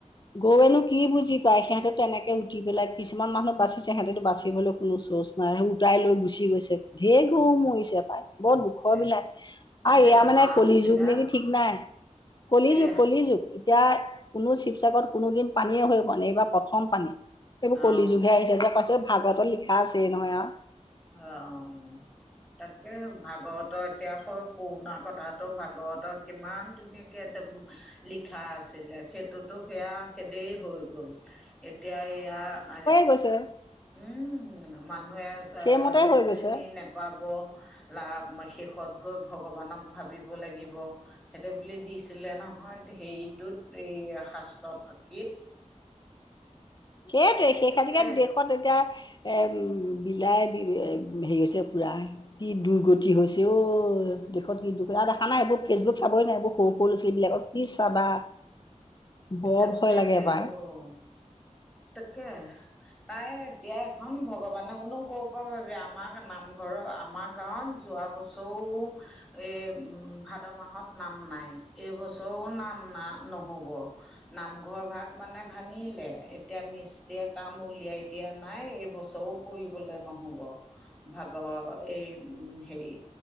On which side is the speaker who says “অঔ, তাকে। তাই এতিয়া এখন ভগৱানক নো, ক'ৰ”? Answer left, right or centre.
Centre